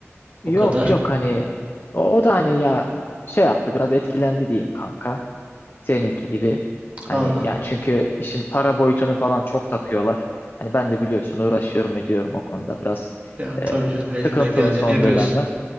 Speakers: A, on the left; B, on the right.
A: Yok
B: O kadar.
A: yok hani o, o da hani ya şey yaptı biraz etkilendi diyeyim kanka seninki gibi. Hani
B: Anladım.
A: ya çünkü işin para boyutunu falan çok takıyorlar. Hani ben de biliyorsun uğraşıyorum ediyorum o konuda biraz
B: Ya
A: e,
B: tabii canım elinden
A: sıkıntılı
B: geldiğini
A: son
B: yapıyorsun.
A: dönemler.